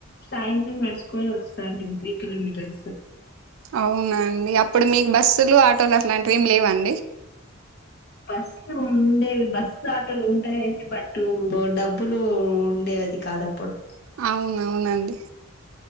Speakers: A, on the left; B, on the right.
A: సాయంత్రం నడుచుకొని వస్తాండి త్రీ కిలోమీటర్స్
B: అవునండి అప్పుడు మీకు బస్సులు ఆటోలు అట్లాంటివిమి లేవండి
A: బస్సు ఉండే బస్సు ఆటోలు ఉంటాయండి బట్ డబ్బులు ఉండే అది కాదు అప్పుడు
B: అవునవునండి